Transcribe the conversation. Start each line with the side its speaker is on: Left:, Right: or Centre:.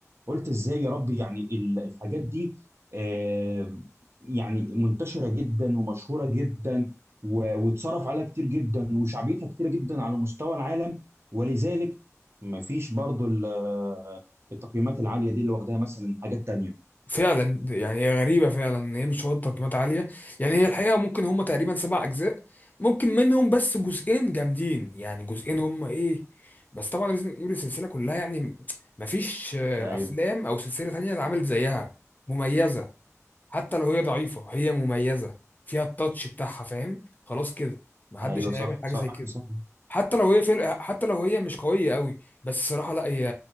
Right: قلت ازاي يا ربي يعني ال- الحاجات دي آه، يعني منتشرة جدا ومشهورة جدا و- واتصرف عليها كتير جدا وشعبيتها كتيرة جدا على مستوى العالم ولذلك مفيش برضو ال- آه، التقييمات العالية دي اللي واخداها مثلا حاجات تانية
Left: فعلا يعني هي غريبه فعلا ان هي مش واخده تقييمات عاليه يعني هي الحقيقه ممكن هم تقريبا سبع اجزاء ممكن منهم بس جزئين جامدين يعني جزئين هم ايه بس طبعا ريزيدنت ايفل السلسله كلها يعني مفيش آه،
Right: ايوه
Left: افلام او سلسله تانية اتعملت زيها مميزه حتى لو هي ضعيفة هي مميزة فيها التاتش بتاعها فاهم خلاص كده محدش
Right: ايوه
Left: هيعمل
Right: صح
Left: حاجة
Right: صح
Left: زي كده
Right: صح
Left: حتى لو هي فرقة حتى لو هي مش قوية قوي بس الصراحة لا هي